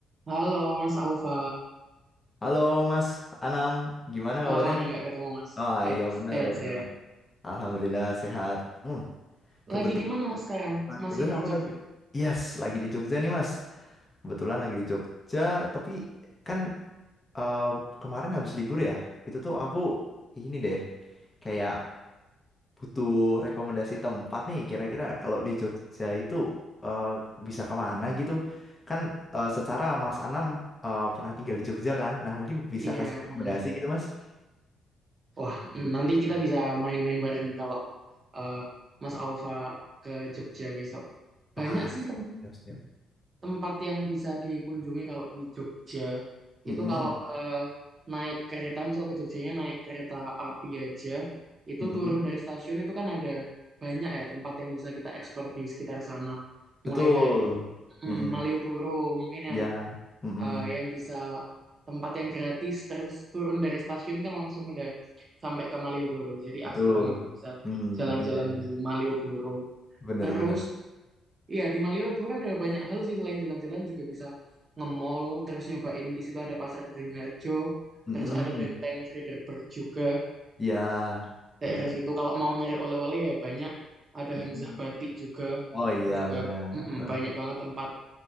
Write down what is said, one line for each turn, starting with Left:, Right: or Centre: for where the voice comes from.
Right: Halo Mas Aufa,
Left: Halo Mas Anam, gimana kabarnya?
Right: lama nih nggak ketemu Mas.
Left: Oh
Right: Eh,
Left: iya benar,
Right: sehat-sehat.
Left: benar. Alhamdulillah sehat. Hmm, kebetulan,
Right: Lagi di mana Mas sekarang? Masih
Left: kebetulan
Right: di
Left: aku
Right: Jogja?
Left: lagi, yes, lagi di Jogja nih Mas. Kebetulan lagi di Jogja, tapi kan eh, kemarin habis libur ya. Itu tuh aku ini deh, kayak butuh rekomendasi tempat nih. Kira-kira kalau di Jogja itu eh, bisa kemana gitu? Kan eh, secara Mas Anam eh, pernah tinggal di Jogja kan? Nah mungkin bisa
Right: Iya
Left: kasih
Right: benar.
Left: rekomendasi gitu Mas.
Right: Wah, nanti kita bisa main-main bareng nih kalau eh, Mas Aufa ke Jogja besok.
Left: Pas.
Right: Banyak sih
Left: Siap, siap.
Right: tempat-tempat yang bisa dikunjungi kalau di Jogja.
Left: Mm-mm.
Right: Itu kalau eh, naik kereta, misal ke Jogjanya naik kereta api aja, itu
Left: Mm-mm.
Right: turun dari stasiun itu kan ada banyak ya tempat yang bisa kita eksplor di sekitar sana.
Left: Betul.
Right: Mulai dari mm,
Left: Mm-mm.
Right: Malioboro mungkin
Left: Ya.
Right: yang
Left: Mm-mm.
Right: eh, yang bisa tempat yang gratis terus turun dari stasiun kan langsung udah sampai ke Malioboro. Jadi
Left: Betul.
Right: asik banget tuh bisa
Left: Mm.
Right: jalan-jalan
Left: Iya, iya.
Right: di Malioboro.
Left: Benar,
Right: Terus
Left: benar.
Right: iya di Malioboro ada banyak hal sih selain jalan-jalan juga bisa nge-mall, terus nyobain di situ ada Pasar Beringharjo,
Left: Mm-mm.
Right: terus ada Benteng Frederberg juga
Left: Ya.
Right: daerah
Left: Mm.
Right: situ. Kalau mau nyari oleh-oleh ya banyak ada
Left: Mm-mm.
Right: Hamzah Batik juga.
Left: Oh iya,
Right: Terus juga
Left: benar.
Right: mm-mm,
Left: Heeh.
Right: banyak banget tempat